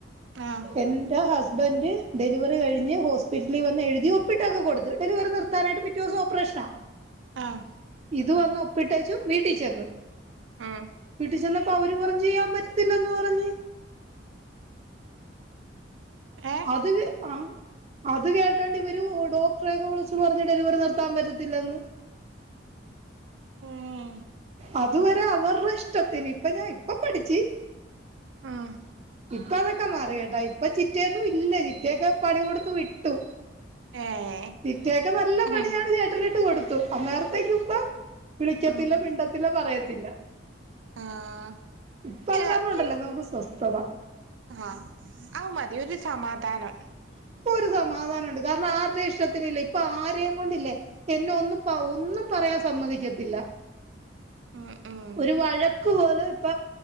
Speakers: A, on the right; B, on the right.
A: ആഹ്
B: എൻ്റെ ഹസ് സ്ബന്റെ ഡെലിവറി കഴിഞ്ഞ് ഹോസ്പിറ്റലിൽ വന്ന് എഴുതി ഒപ്പിട്ടൊക്കെ കൊടുത്ത് ഡെലിവറി നിർത്താനായിട്ട് പിറ്റ ദിവസം ഓപ്പറേഷനാ.
A: ആഹ്
B: ഇത് വന്ന് ഒപ്പിട്ടേച്ചു വീട്ടിൽ ചെന്ന്.
A: ആഹ്
B: വീട്ടീ ചെന്നപ്പോ അവര് പറഞ്ഞ് യ്യാൻ പറ്റത്തില്ല എന്ന് പറഞ്ഞ്.
A: ഏ
B: അത്ക് ആ അത് കേട്ടാണ്ട് ഇവര് ഡോക്ടറെ ഒക്കെ വിളിച്ച് പറഞ്ഞ് ഡെലിവറി നിർത്താൻ പറ്റത്തില്ലന്ന്.
A: ഉം
B: അതുവരെ അവരുടെ ഇഷ്ടത്തിന് ഇപ്പ ഞാൻ ഇപ്പ പഠിച്ച്
A: ആഹ്
B: ഇപ്പ അതൊക്കെ മാറി കേട്ടാ ഇപ്പ ചിറ്റയൊന്നും ഇല്ല ചിറ്റയൊക്കെ പണി കൊടുത്ത് വിട്ടു.
A: ഏഹ്
B: ചിറ്റയൊക്കെ നല്ല പണിയാണ്
A: ഉം
B: ചേട്ട നീട്ട്കൊടുത്തു. അന്നേരത്തേക്ക്പ്പ
A: ഉം
B: പിന്നെ പിണ്ടത്തില്ലാ പറയത്തില്ല
A: ആഹ്
B: ഇപ്പൊ അത്
A: ഏഹ്
B: കാരണണ്ടല്ലോ നമുക്ക് സ്വസ്ഥത.
A: ആഹ് അത് മതി ഒരു സമാധാനം.
B: ഇപ്പൊ ഒരു സമാധാനണ്ട് കാരണം ആരുടെ ഇഷ്ടത്തിനില്ല ഇപ്പൊ ആരെയും കൊണ്ടില്ലേ. എന്നെ ഒന്നും ഒന്നും പറയാൻ സമ്മതിക്കത്തില്ല.
A: ഉം ഉം
B: ഒരു വഴക്ക് പോലും. ഇപ്പ